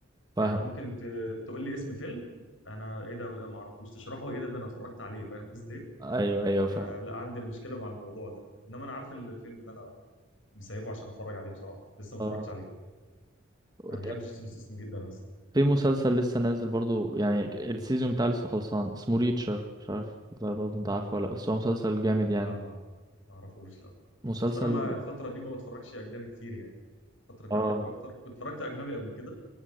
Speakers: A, on the right; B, on the left.
A: فاهم
B: يعني ممكن ت... تقول لي اسم فيلم انا ايه ده لا ما اعرفوش تشرحه ايه ده ده انا اتفرجت عليه فاهم قصدي ايه
A: ايوه ايوه فاهم
B: فلا عندي مشكله مع الموضوع ده انما انا عارف ال- الفيلم ده انا مسيبه عشان اتفرج عليه بصراحه لسه ما
A: اه
B: اتفرجتش عليه
A: وت-
B: انا بحب جيسون ستاثام جدا اصلا
A: في مسلسل لسه نازل برضو يعني السيزون بتاعه لسه خلصان اسمه ريتشر مش عارف والله برضو انت عارفه ولا لأ، بس هو مسلسل جامد يعني
B: لا ما ما اعرفوش لا
A: مسلسل
B: اصل انا ما الفتره دي ما بتفرجش اجنبي كتير يعني الفتره دي
A: اه
B: عربي اكتر كنت اتفرجت اجنبي قبل كده